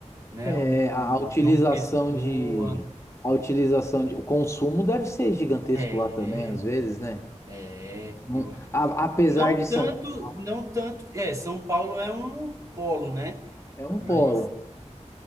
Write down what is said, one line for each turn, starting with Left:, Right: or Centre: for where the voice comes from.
Right: né?
Left: É,
Right: O
Left: a
Right: o
Left: a utilização
Right: João Pessoa.
Left: de, a utilização de, o consumo deve ser gigantesco
Right: É,
Left: lá também, às vezes, né?
Right: é,
Left: Não-
Right: eu acredito.
Left: a- apesar
Right: Não
Left: de São
Right: tanto,
Left: Paulo,
Right: não tanto. É, São Paulo é um polo, né?
Left: é um
Right: Mas
Left: polo.